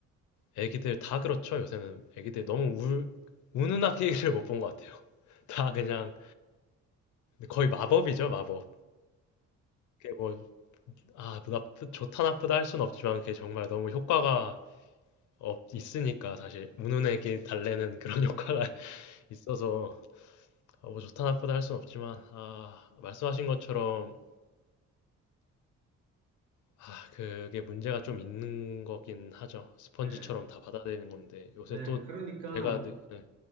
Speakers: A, on the left; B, on the right.
A: 애기들 다 그렇죠. 요새는 애기들 너무 울, 우는 아기를 <laughs> 못 본 것 같아요. <laughs> 다 그냥 거의 마법이죠, 마법. 그게 뭐, 아, 나쁘, 좋다 나쁘다 할 순 없지만 그게 정말 너무 효과가 없, 있으니까 사실 우는 애기 달래는 그런 <laughs> 효과가 있어서 어, 뭐 좋다 나쁘다 할 순 없지만 아, 말씀하신 것처럼 아, 그게 문제가 좀 있는 거긴 하죠. 스펀지처럼
B: 예.
A: 다 받아들이는 건데 요새
B: 네.
A: 또
B: 그러니까
A: 제가 네, 네,